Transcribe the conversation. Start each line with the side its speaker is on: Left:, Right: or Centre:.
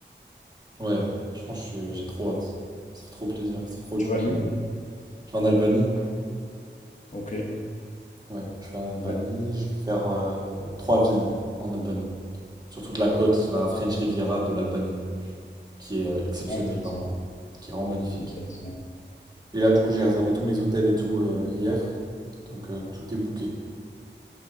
Right: Ouais, franchement, je suis- j'ai trop hâte. Ça fait trop plaisir. Ça fait trop
Left: Tu
Right: du
Left: vas
Right: bien.
Left: à Lyon?
Right: Je vais en Albanie.
Left: Ok.
Right: Ouais, je vais en Albanie.
Left: Ouais.
Right: Je vais faire euh, trois villes en Albanie. sur toute la côte, la French Riviera de l'Albanie, qui est euh, exceptionnelle
Left: Ah, intéressant.
Right: vraiment, qui est vraiment magnifique.
Left: Intéressant.
Right: Et là, du coup, j'ai réservé tous mes hôtels et tout euh, hier, donc euh, tout est booké.